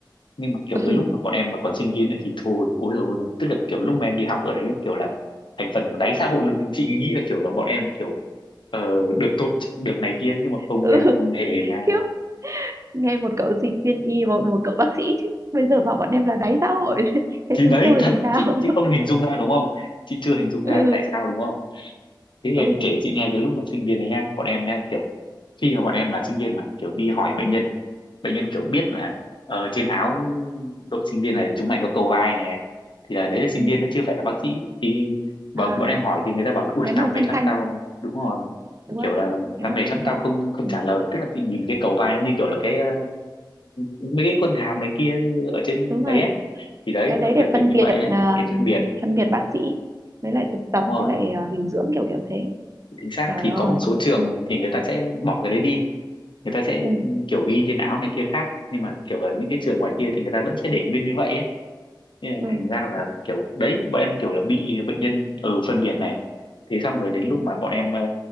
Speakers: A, on the left; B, on the right.
A: nhưng mà kiểu
B: ừ,
A: cái lúc mà bọn em mà còn sinh viên ấy thì thôi ôi rồi ôi rồi tức là kiểu lúc mà em đi học ở đấy ấy, kiểu là thành phần của đáy xã hội luôn nhưng chị nghĩ là kiểu là bọn em kiểu ờ, được tôn trọng, được này kia nhưng mà không
B: ừ,
A: nha không hề nha
B: khiếp nghe một cậu sinh viên y một một cậu bác sĩ chứ bây giờ bảo bọn em là đáy xã hội <laughs> thế
A: thì
B: chúng
A: đấy
B: tôi
A: thật
B: thì sao
A: chị chị không hình dung ra đúng không chị chưa hình dung ra
B: <laughs> ừ,
A: tại sao đúng không thế em
B: ừ,
A: kể chị nghe cái lúc mà sinh viên này nha bọn em nha kiểu khi mà bọn em là sinh viên mà kiểu đi hỏi bệnh nhân bệnh nhân kiểu biết là ở trên áo đội sinh viên này chúng mày có cầu vai này thì là đấy là sinh
B: ừ.
A: viên đấy chưa phải là bác sĩ thì bọn
B: à
A: bọn em hỏi thì người ta bảo là ui
B: cái màu
A: tao mệt
B: xanh
A: lắm
B: xanh
A: tao đúng rồi
B: đúng
A: kiểu
B: không
A: là
B: cái
A: tao
B: màu
A: mệt
B: xanh
A: lắm tao
B: xanh
A: không không
B: ừ.
A: trả lời tức là chị nhìn cái cầu vai nó như kiểu là cái ờ, mấy cái quân hàm này kia ở trên
B: đúng
A: đấy
B: rồi
A: ấy thì đấy
B: cái đấy
A: nó
B: để
A: kiểu kiểu
B: phân
A: như
B: biệt
A: vậy ấy
B: à,
A: để phân biệt
B: phân biệt bác sĩ với lại thực tập
A: đúng rồi
B: với lại à, điều dưỡng kiểu kiểu thế
A: chính xác
B: trời
A: thì có một
B: ơi
A: số trường thì người ta sẽ bỏ cái đấy đi người ta sẽ
B: ừ,
A: kiểu ghi trên áo này kia khác nhưng mà kiểu là những cái trường ngoài kia thì người ta vẫn sẽ để nguyên như vậy ấy Thế là
B: ừ,
A: thành ra là kiểu đấy bọn em kiểu là bị bệnh nhân ừ phân biệt này thế xong rồi đến lúc mà bọn em ờ,